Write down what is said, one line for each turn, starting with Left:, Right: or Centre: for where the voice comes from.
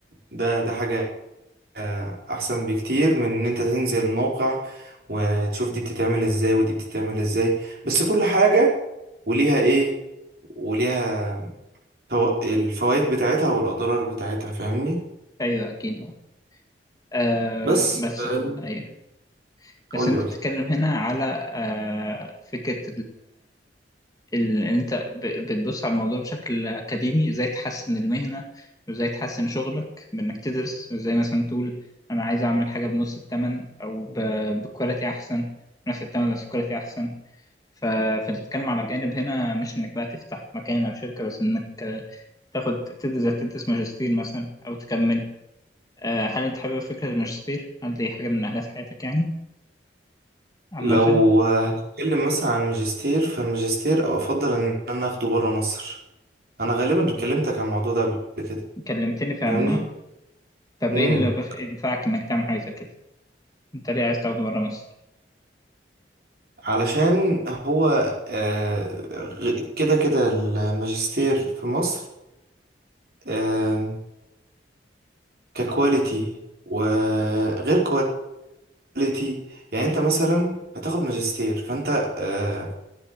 Right: ده ده حاجة آه، احسن بكتير من ان انت تنزل الموقع وتشوف دي بتتعمل ازاي ودي بتتعمل ازاي بس كل حاجة وليها ايه وليها الفوائد بتاعتها والاضرار بتاعتها فاهمني
Left: ايوه اكيد آه آه،
Right: بس
Left: بس
Right: آه،
Left: ايوه بس
Right: قولي
Left: انت
Right: قولي
Left: بتتكلم هنا على آه فكره ال- ان انت ب- بتبص على الموضوع بشكل اكاديمي ازاي تحسن المهنه وازاي تحسن شغلك بانك تدرس ازاي مثلا تقول انا عايز اعمل حاجه بنص الثمن او ب- بكواليتي احسن بنفس الثمن بس كواليتي احسن ف... فانت بتتكلم على جانب هنا مش انك بقى تفتح مكان او شركه بس انك آه، تاخد تدرس تدرس ماجستير مثلا او تكمل آه، هل انت حابب فكره الماجستير هل دي حاجه من اهداف حياتك يعني عامه
Right: لو هنتكلم مثلا عن الماجستير فالماجستير افضل ان انا اخده بره مصر انا غالبا كلمتك عن الموضوع ده قبل كده
Left: كلمتني فعلا
Right: فاهمني
Left: آه. طب
Right: امم
Left: ايه اللي بخ- ينفعك انك تعمل حاجه زي كده انت ليه عايز تاخده بره مصر
Right: علشان هو آه، غ- كده كده الماجستير في مصر آه، ككواليتي وغير كواليتي يعني انت مثلا هتاخد ماجستير فانت آه،